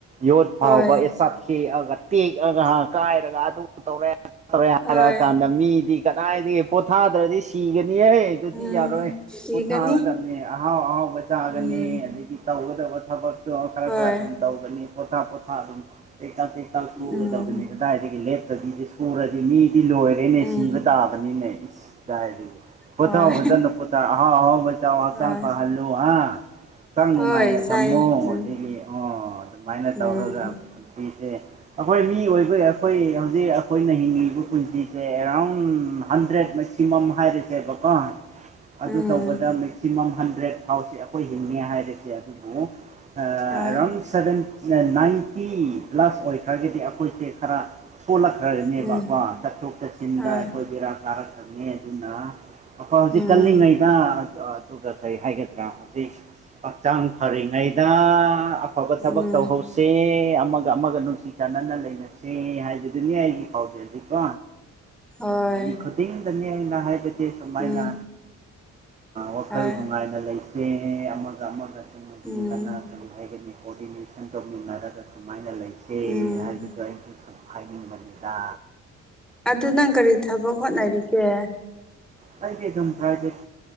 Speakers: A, on the right; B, in the centre.
A: ꯌꯣꯠ ꯐꯥꯎꯕ
B: ꯍꯣꯏ
A: ꯑꯦꯞ ꯍꯦꯛꯑꯒ ꯇꯦꯛꯑꯒ ꯀꯥꯏꯔꯒ ꯇꯧꯔꯦ ꯑꯗꯥꯇꯧꯔꯦ ꯍꯥꯏꯔꯛꯑꯀꯥꯟꯗ
B: ꯍꯣꯏ
A: ꯃꯤꯗꯤ ꯀꯗꯥꯏꯗꯒꯤ ꯄꯣꯊꯥꯗ꯭ꯔꯗꯤ ꯁꯤꯒꯅꯤꯍꯦ ꯑꯗꯨꯗꯤ
B: ꯎꯝ
A: ꯌꯥꯔꯣꯏ
B: ꯁꯤꯒꯅꯤ
A: ꯄꯣꯊꯥꯔꯗꯅꯦ ꯑꯍꯥꯎ ꯑꯍꯥꯎꯕ ꯆꯥꯒꯅꯤ
B: ꯎꯝ
A: ꯑꯗꯒꯤ ꯇꯧꯒꯗꯕ ꯊꯕꯠꯇꯨ ꯈꯔ
B: ꯍꯣꯏ
A: ꯈꯔ ꯑꯗꯨꯝ ꯇꯧꯒꯅꯤ ꯄꯣꯊꯥ ꯄꯣꯊꯥ ꯑꯗꯨꯝ ꯀꯀꯪ ꯇꯩꯀꯪ ꯁꯨꯒꯗꯕꯅꯤ
B: ꯎꯝ
A: ꯀꯗꯥꯏꯗꯒꯤ ꯂꯦꯞꯇꯕꯤꯗꯤ ꯁꯨꯔꯗꯤ ꯃꯤꯗꯤ ꯂꯣꯏꯔꯦꯅꯦ
B: ꯎꯝ
A: ꯁꯤ ꯄꯇꯥꯕꯅꯤꯅꯦ ꯏꯁꯗꯥꯏꯔꯤ ꯄꯨꯊꯣꯖ
B: ꯍꯣꯏ
A: ꯄꯨꯊ ꯑꯆꯥꯡ
B: ꯍꯣꯏ
A: ꯐ ꯍꯜꯂꯨ ꯍꯥ ꯈꯤꯇꯪ
B: ꯍꯣꯏ
A: ꯅꯨꯡꯉꯥꯏꯅ ꯊꯝꯃꯣ
B: ꯆꯥꯏ ꯎꯝ
A: ꯑꯗꯒꯤ ꯑꯣ ꯑꯗꯨꯃꯥꯏꯅ
B: ꯎꯝ
A: ꯇꯧꯔꯒ ꯃꯤꯁꯦ ꯑꯩꯈꯣꯏ ꯃꯤ ꯑꯣꯏꯕꯩ ꯑꯩꯈꯣꯏ ꯍꯧꯖꯤꯛ ꯑꯩꯈꯣꯏꯅ ꯍꯤꯡꯉꯤꯕ ꯄꯨꯟꯁꯤꯁꯦ ꯑꯦꯔꯥꯎꯟ ꯎ ꯍꯟꯗ꯭ꯔꯦꯠ ꯃꯦꯛꯁꯤꯃꯝ ꯍꯥꯏꯔꯤꯁꯦꯕꯀꯣ
B: ꯎꯝ
A: ꯑꯗꯨ ꯇꯧꯕꯗ ꯁꯤꯃꯝ ꯍꯟꯗ꯭ꯔꯦꯗ ꯐꯥꯎꯁꯦ ꯑꯩꯈꯣꯏ ꯍꯤꯡꯉꯦ ꯍꯥꯏꯔꯤꯁꯦ ꯑꯗꯨꯕꯨ ꯑꯦꯔꯥꯎꯟ
B: ꯍꯣꯏ
A: ꯁꯚꯦꯟ ꯅꯥꯏꯟꯇꯤ ꯄ꯭ꯂꯁ ꯑꯣꯏꯈ꯭ꯔꯒꯗꯤ ꯑꯩꯈꯣꯏꯁꯦ ꯈꯔ ꯁꯣꯜꯂꯛꯈ꯭ꯔꯕꯅꯦꯕꯀꯣ
B: ꯎꯝ
A: ꯆꯠꯊꯣꯛ ꯆꯠꯁꯤꯟꯗ
B: ꯍꯣꯏ
A: ꯑꯩꯈꯣꯏ ꯕꯦꯔꯥ ꯀꯥꯔꯛꯈ꯭ꯔꯕꯅꯤ ꯑꯗꯨꯅ ꯑ ꯍꯧꯖꯤꯗꯤ
B: ꯎꯝ
A: ꯀꯜꯂꯤ ꯉꯩ ꯑꯗꯨꯒ ꯀꯔꯤ ꯍꯥꯏꯒꯗ꯭ꯔꯥ ꯍꯧꯖꯤꯛ ꯍꯛꯆꯥꯡ ꯐꯔꯤꯉꯩꯗ ꯍꯒꯠ ꯁꯕꯒ
B: ꯎꯝ
A: ꯇꯧ ꯍ ꯁꯦ ꯑꯃꯒ ꯑꯃꯒ ꯅꯨꯡꯁꯤ ꯆꯥꯟꯅꯅ ꯂꯩꯅꯁꯦ ꯍꯥꯏꯕꯗꯨꯅꯤ ꯑꯩꯒꯤ ꯄꯥꯎꯖꯦꯜꯗꯀꯣ
B: ꯍꯣꯏ
A: ꯃꯤ ꯈꯨꯗꯤꯤꯡꯗꯅꯤ ꯅꯍꯥꯏꯕꯗꯒꯤ ꯁꯃꯥꯏꯅ
B: ꯎꯝ
A: ꯋꯥꯈꯜ
B: ꯍꯣꯏ
A: ꯅꯨꯡꯉꯥꯏꯅ ꯂꯩꯇꯦ ꯑꯃꯒ ꯑꯃꯒꯁꯨ ꯅꯨꯡꯁꯤꯅꯅ
B: ꯎꯝ
A: ꯑꯗꯨ ꯍꯥꯏꯒꯅꯤ ꯀꯣꯑꯣꯗꯤꯅꯦꯁꯟ ꯇꯧꯃꯤꯟꯅꯔꯒ ꯁꯨꯃꯥꯏꯅ ꯂꯩꯇꯦ
B: ꯎꯝ
A: ꯍꯥꯏꯕꯗꯣ ꯑꯩꯒꯤ ꯑꯝꯐꯥꯏꯅꯤ ꯃꯗ
B: ꯑꯗꯨ ꯅꯪ ꯀꯔꯤ ꯊꯕꯛ ꯍꯣꯠꯅꯔꯤꯒꯦ
A: ꯍꯥꯏꯗꯤ ꯑꯗꯨꯝ ꯄ꯭ꯔꯥꯏꯚꯦꯠ